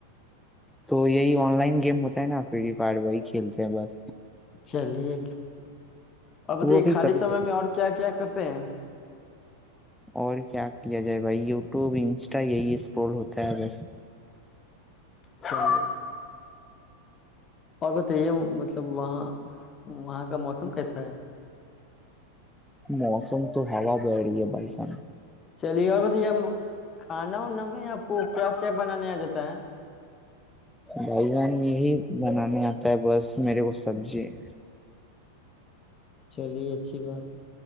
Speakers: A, in the centre; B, on the left.
A: تو یہی آن لائن گیم ہوتا ہے نا فری فائر وہی کھیلتے ہیں بس
B: چلیے اور بتے
A: وہ بھی
B: خالی
A: کبھی
B: سمے
A: کبھی
B: میں اور کیا کیا کرتے ہیں
A: اور کیا کیا جائے بھائی یوٹیوب انسٹا یہی اسٹول ہوتا ہے بس
B: اچھا اور بتائیے مطلب وہاں <inaudible> وہاں کا موسم کیسا ہے
A: موسم تو ہا برہ گے بائیسان
B: چلیے گ ب تو ج <unintelligible> کھانا وانا میں آپ کو کیا کیا بنانے آ جاتا ہے
A: بھائی جان یہی بنانے آتا ہے بس میرے کو سبزی <unintelligible>
B: چلیے اچھی بات ہے